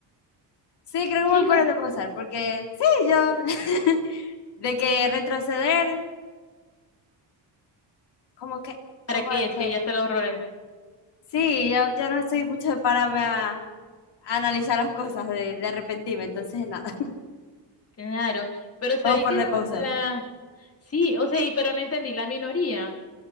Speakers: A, on the left; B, on the left.
A: Sí, creo
B: Chicos,
A: que me voy por el de pausar, porque sí, yo. <laughs> De que retroceder, como que, como
B: ¿para qué?
A: de que.
B: Sí, ya están los errores.
A: Sí, yo, yo no soy mucho de pararme a, a analizar las cosas, de, de arrepentirme, entonces nada. <laughs>
B: Claro, pero sabí
A: Vamos por
B: que
A: el
B: la,
A: de pausar.
B: la- Sí, o sea, y, pero no entendí, la minoría,